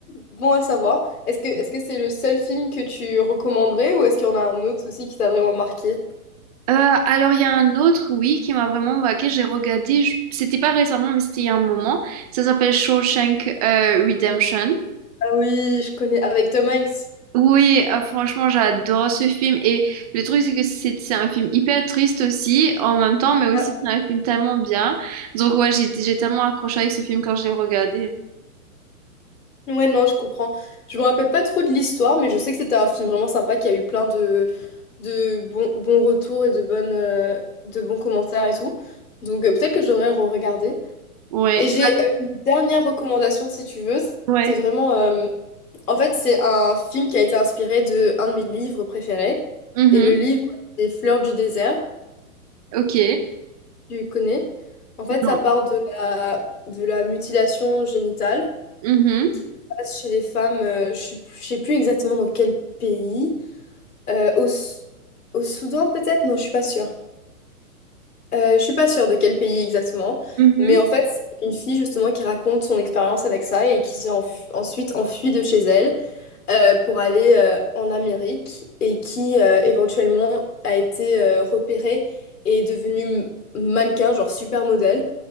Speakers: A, on the left; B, on the right.
A: bon à savoir. Est-ce que est-ce que c'est le seul film que tu recommanderais ou est-ce qu'il y en a un autre aussi qui t'a vraiment marqué?
B: Euh, alors, il y a un autre, oui, qui m'a vraiment marqué. J'ai regardé, je- c'était pas récemment, mais c'était il y a un moment. Ça s'appelle Shawshank euh, Redemption.
A: Ah oui, je connais avec Tom Hanks.
B: Oui, euh, franchement, j'adore ce film. Et le truc, c'est que c'est c'est un film hyper triste aussi, en même temps, mais
A: Ouais,
B: aussi c'est un film tellement bien. Donc, ouais, j'ai j'ai tellement accroché avec ce film quand je l'ai regardé.
A: Ouais, non, je comprends. Je me rappelle pas trop de l'histoire, mais je sais que c'était un film vraiment sympa qui a eu plein de, de bons, bons retours et de, bonnes, euh, de bons commentaires et tout. Donc euh, peut-être que j'aurais re-regardé.
B: Ouais,
A: Et j'ai euh, une dernière recommandation si tu veux.
B: ouais.
A: C'est vraiment euh, En fait, c'est un film qui a été inspiré de un de mes livres préférés.
B: Mhm.
A: Et le livre, c'est Fleurs du désert,
B: Ok.
A: tu connais. En fait,
B: Non.
A: ça part de la, de la mutilation génitale
B: Mhm.
A: Ça se passe chez les femmes. euh, je ne sais plus exactement dans quel pays. Euh, au, S- au Soudan, peut-être? Non, je suis pas sûre. Euh, je suis pas sûre de quel pays exactement.
B: Mhm.
A: Mais en fait, c'est une fille justement qui raconte son expérience avec ça et qui s'est enf- ensuite enfuie de chez elle. euh, pour aller euh, en Amérique et qui euh, éventuellement a été euh, repéré et est devenu m- mannequin, genre supermodèle.